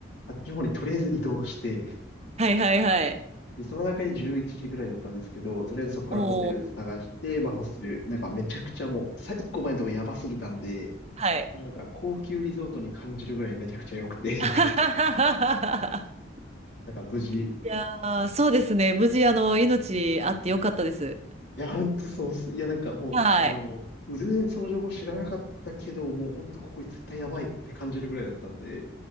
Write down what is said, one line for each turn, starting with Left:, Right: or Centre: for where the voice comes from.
Left: あっちの方にとりあえず移動して、
Right: はいはいはい。
Left: で、その段階で11時ぐらいだったんですけど、とりあえずそこからホテル探して、
Right: おー。
Left: まあホステル、なんかめちゃくちゃもう、さ、1個前のとこやばすぎたんで、
Right: はい。
Left: もうなんか高級リゾートに感じるぐらいめちゃくちゃ良くて
Right: <laughs>
Left: <laughs> なんか無事。い
Right: いやー、そうですね。無事、あの、命あってよかったです。
Left: や、ほんとそうっす。いや、なんかもう、
Right: はい。
Left: あの、全然その情報知らなかったけど、もうほんとここ絶対やばいって感じるぐらいだったんで、